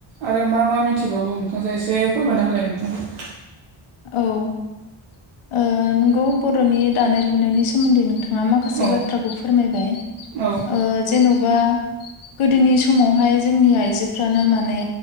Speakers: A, on the right; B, on the left.
A: आरो मा मा मिथिबावगौ नोंथांजोआ एसे फोरमायना होलाय नोंथां?
B: औ ओ नंगौ बर'नि दानाय लुनायनि सोमोन्दै नोंथां आ माखासे
A: औ
B: बाथ्राखौ फोरमायबाय
A: औ
B: ओ जेनबा गोदोनि समावहाय जोंनि आइजोफ्रानो माने